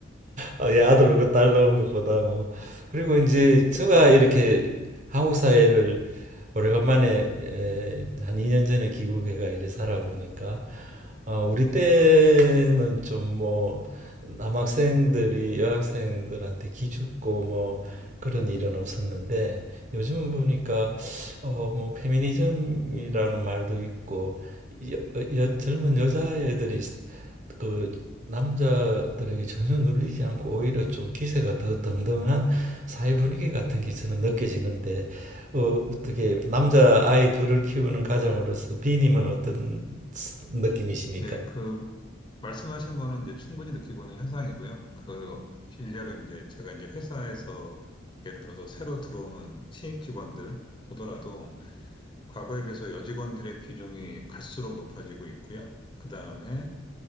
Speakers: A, on the right; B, on the left.
A: 아, 예, 아들 로고딸로온 것보다 뭐 그리고 이제 제가 이렇게 한국 사회를 오래간만에 에, 한 2년 전에 귀국해가 이래 살아보니까 어, 우리 때는 좀 뭐 남학생들이 여학생들한테 기죽고 뭐 그런 일은 없었는데 요즘 보니까 어, 뭐 페미니즘이라는 말도 있고 여, 여, 젊은 여자애들이 그 남자들에게 전혀 눌리지 않고 오히려 좀 기세가 더 등등한 사회 분위기 같은 게 저는 느껴지는데 어, 어떻게 남자 아이 둘을 키우는 가장으로서 비님은 어떤 느낌이십니까?
B: 네, 그 말씀하신 거는 이제 충분히 느끼고 있는 현상이고요. 그 일례로 이제 제가 이제 회사에서 예를 들어서 새로 들어오는 신입 직원들 보더라도 과거에 비해서 여직원들의 비중이 갈수록 높아지고 있고요. 그 다음에